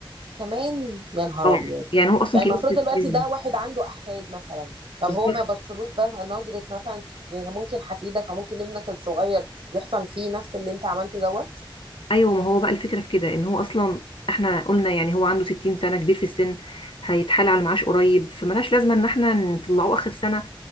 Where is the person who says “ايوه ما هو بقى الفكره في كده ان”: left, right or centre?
Left